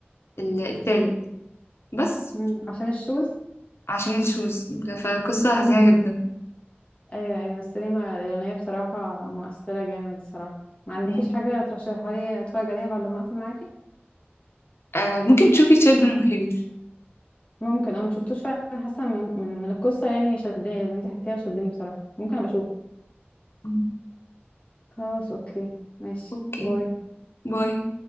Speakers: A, on the left; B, on the left.
A: ال- التالت بس
B: مم. عشان الشوز
A: عشان الشوز فقصة
B: مم.
A: حزينة جدا
B: ايوه ايوه السينما الإيرانية بصراحة مؤثرة جامد صراحة ما عندكيش
A: مم.
B: حاجة ترشحها لي اتفرج عليها بعد ما اقفل معاكي
A: آه ممكن تشوفي Children of Heroes
B: ممكن انا ما شفتوش فعلا حاسة من من من القصة يعني شدني اللي انت حكيتيها شدني بصراحة ممكن ابقى اشوف
A: مم.
B: خلاص اوكي ماشي
A: اوكي
B: باي
A: باي